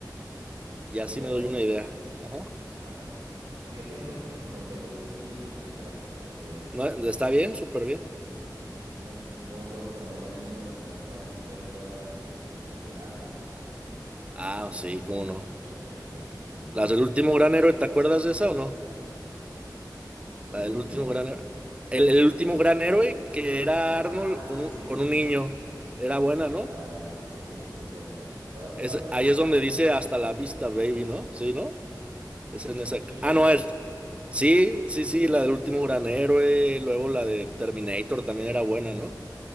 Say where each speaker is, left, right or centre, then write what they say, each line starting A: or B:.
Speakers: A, on the right (about 15°); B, on the right (about 80°).
A: Y
B: yo,
A: así me doy una idea. Ajá.
B: a- yo tengo <laughs> como que los antiguos, los clásicos, que
A: No, está bien,
B: eh,
A: súper bien.
B: yo me, yo me acuerdo cuando era niño, pues me gustaban ver todas las de, las de Arnold, las
A: Ah,
B: de Arnold
A: sí, cómo no.
B: Schwarzenegger y,
A: Las del
B: y
A: último gran héroe, ¿te acuerdas de esa o no?
B: el último
A: La del
B: granero.
A: último gran héroe. El, el último gran héroe que era Arnold
B: Ah,
A: con
B: sí,
A: un,
B: sí,
A: con
B: sí,
A: un
B: sí,
A: niño.
B: sí.
A: Era buena, ¿no?
B: Claro, sí, sí, esa era buena. To- todas
A: Es,
B: esas,
A: ahí
B: la
A: es donde
B: del
A: dice hasta la vista, baby, ¿no? Sí, ¿no?
B: Sí,
A: Es en
B: sí,
A: esa.
B: ¿tú viste
A: Ah,
B: esa?
A: no, es. Sí, sí, sí, la del último gran héroe. Luego la de Terminator también era buena, ¿no?